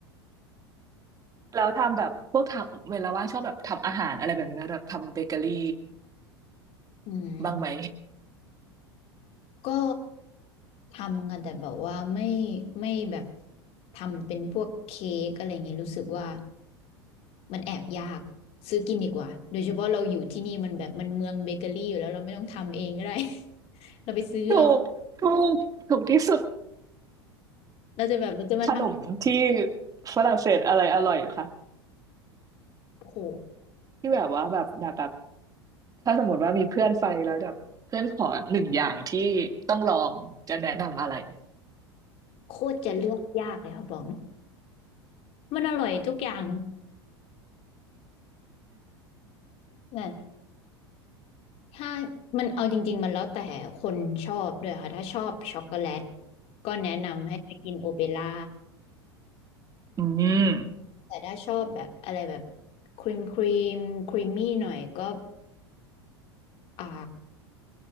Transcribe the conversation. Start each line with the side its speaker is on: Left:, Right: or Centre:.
Right: แล้วทำแบบพวกทำเวลาว่างชอบแบบทำอาหารอะไรแบบนี้ไหมแบบทำเบเกอรี่
Left: อืม
Right: บ้างไหม
Left: ก็ทำกันแต่แบบว่าไม่ไม่แบบทำเป็นพวกเค้กอะไรอย่างงี้รู้สึกว่ามันแอบยากซื้อกินดีกว่าโดยเฉพาะเราอยู่ที่นี่มันแบบมันเมืองเบเกอรี่อยู่แล้วเราไม่ต้องทำเองก็ได้ <laughs> เราไปซื้อเอา
Right: ถูกถูกถูกที่สุด
Left: เราจะแบบเราจะมาท
Right: ขนมที่ฝรั่งเศสอะไรอร่อยคะ
Left: ำโอ้โห
Right: ที่แบบว่าแบบแบบแบบ ถ้าสมมติว่ามีเพื่อนไปแล้วแบบเพื่อนขอหนึ่งอย่างที่ต้องลองจะแนะนำอะไร
Left: โคตรจะเลือกยากเลยค่ะบอกมันอร่อยทุกอย่างนะถ้ามันเอาจริงๆมันแล้วแต่คนชอบด้วยค่ะถ้าชอบช็อกโกแลตก็แนะนำให้ไปกินโอเปร่า
Right: อืม
Left: แต่ถ้าชอบแบบอะไรแบบครีมครีมครีมมี่หน่อยก็อ่า